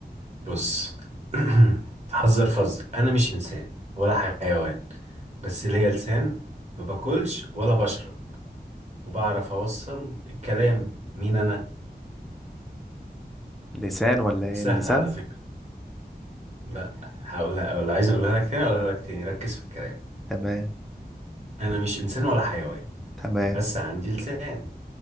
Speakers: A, on the right (about 40°); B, in the centre.
A: بص <clears throat> حذر فذر انا مش انسان ولا حيوان بس ليا لسان ما باكلش ولا بشرب وبعرف اوصل الكلام مين انا
B: لسان ولا ايه
A: سهل
B: اللسان
A: على فكرة لا هقولها ولا عايز اقولها لك تاني اقولها لك تاني ركز في الكلام
B: تمام
A: انا مش انسان ولا حيوان
B: تمام
A: بس عندي لسان